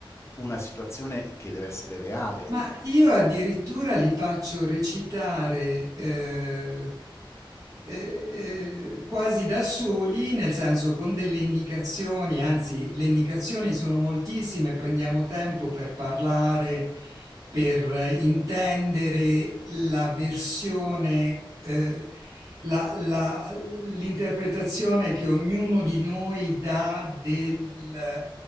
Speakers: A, on the left; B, on the right.
A: una situazione che deve essere reale.
B: ma io addirittura li faccio recitare eh, eh, eh, quasi da soli, nel senso con delle indicazioni, anzi le indicazioni sono moltissime, prendiamo tempo per parlare, per eh, intendere la versione, eh, la- la- l'interpretazione che ognuno di noi dà del,